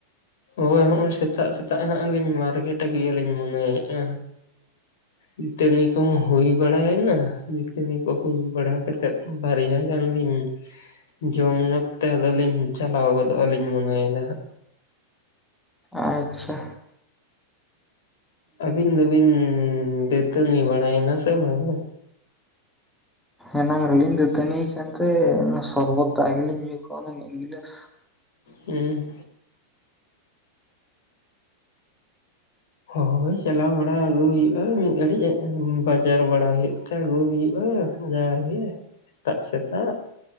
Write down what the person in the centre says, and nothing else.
ᱟᱪᱷᱟ
ᱮᱱᱟᱝ ᱨᱮᱞᱤᱤᱧ ᱫᱟᱹᱛᱟᱹᱱᱤ ᱠᱟᱱᱛᱮ ᱚᱱᱟ ᱥᱚᱨᱵᱚᱛ ᱫᱟᱜ ᱜᱮᱞᱤᱧ ᱧᱩ ᱠᱚᱣᱱᱟ ᱢᱤᱫ ᱜᱤᱞᱟᱹᱥ